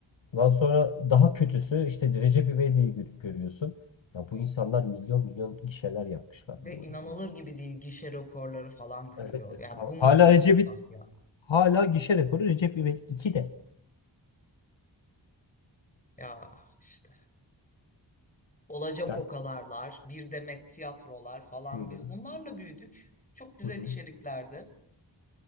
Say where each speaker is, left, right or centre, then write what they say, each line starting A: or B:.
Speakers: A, on the left; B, on the left.
A: Ondan sonra daha kötüsü işte Recep İvedik'i gör- görüyorsun. Ya bu insanlar milyon milyon gişeler yapmışlar.
B: Ve
A: Bu-
B: inanılır
A: bu-
B: gibi değil gişe rekorları falan kırıyor.
A: Evet.
B: Yani
A: Hala
B: bu mudur mizah
A: Recep'i
B: ya?
A: hala gişe rekoru Recep İvedik 2'de.
B: Ya işte. Olacak
A: Yani
B: okalarlar, bir demet tiyatrolar falan
A: Hı hı.
B: biz bunlarla büyüdük. Çok güzel
A: Hı hı.
B: içeriklerdi.